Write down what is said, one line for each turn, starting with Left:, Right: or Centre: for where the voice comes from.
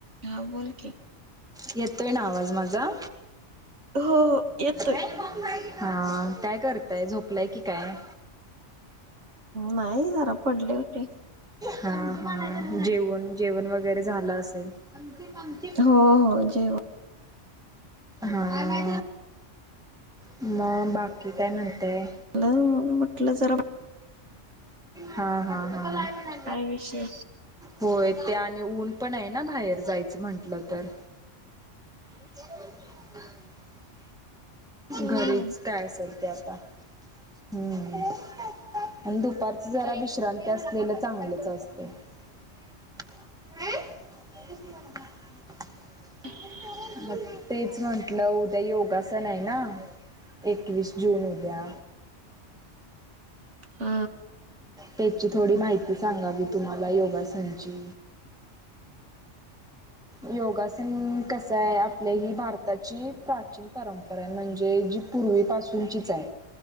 Right: हा बोल की.
Centre: येतोय ना आवाज माझा?
Right: हो हो येत
Centre: हा काय करताय? झोपलाय की काय?
Right: नाही जरा पडले होठे
Centre: हा हा जेवण जेवण वगैरे झालं असेल. अ ते मगती.
Right: हो हो जेव.
Centre: हा मग बाकी काय म्हणतय.
Right: म म्हटलं जरा.
Centre: हा हा हा
Right: काय विषय
Centre: हो. ते आणि ऊन पण आहे ना बाहेर जायचं म्हटलं तर. <inaudible>
Right: हा.
Centre: घरीच काय असेल ते आता हम्म आणि दुपारच जरा विश्रांती असलेलं चांगलंच असते ह
Right: <inaudible>
Centre: मग तेच म्हटलं उद्या योगासन आहे ना एकवीस जून उद्या
Right: ह
Centre: त्याची थोडी माहिती सांगावी तुम्हाला योगासनची योगासन कस आहे आप ही भारताची प्राचीन परंपरा आहे म्हणजे जी पूर्वीपासूनचीच आहे